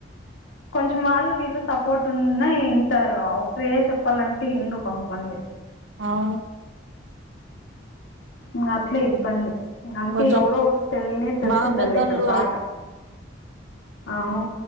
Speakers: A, on the left; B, on the right.
A: కొంచెం వాళ్ళు, వీళ్ళు సపోర్ట్ ఉన్న ఇంటారు. ఒకరే చెప్పాలంటే ఇన్రు కొంతమంది.
B: అవును!
A: ఊ అట్లీ ఇబ్బంది. అందుకే
B: కొంచెం
A: ఎవరో ఒ తెలినే తెలిసిందల్ళ
B: బాగా పెద్దోళ్ళు
A: ఇక్కడ బాగా
B: అయి
A: అవు